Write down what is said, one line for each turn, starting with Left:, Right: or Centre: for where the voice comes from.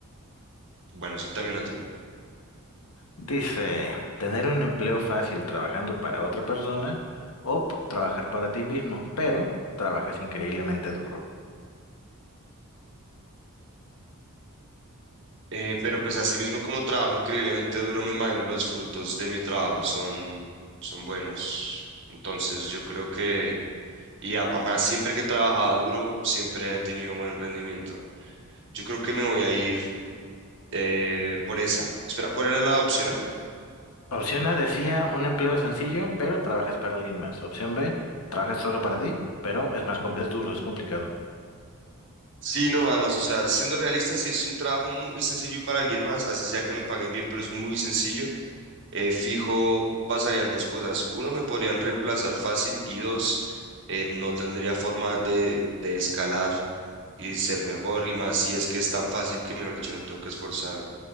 Right: Bueno, suéltame una tú.
Left: Dice, tener un empleo fácil trabajando para otra persona o p- trabajar para ti mismo, pero trabajas increíblemente duro.
Right: Eh, pero pues así mismo como trabajo increíblemente duro, me imagino los frutos de mi trabajo son, son buenos. Entonces yo creo que, y a- además siempre que he trabajado duro, siempre he tenido buen rendimiento. Yo creo que me voy a ir eh, por esa. Espera, ¿cuál era la opción A?
Left: Opción A decía un empleo sencillo, pero trabajas para alguien más. Opción B, trabajas solo para ti, pero es más, com- es duro, es complicado.
Right: Sí, no, además, o sea, siendo realista, si es un trabajo muy sencillo y para alguien más, así sea que me paguen bien, pero es muy sencillo. eh, fijo pasarían dos cosas. Uno, me podrían reemplazar fácil y dos, eh, no tendría forma de, de escalar y ser mejor y más si es que es tan fácil que, mejor dicho, no tengo que esforzarme.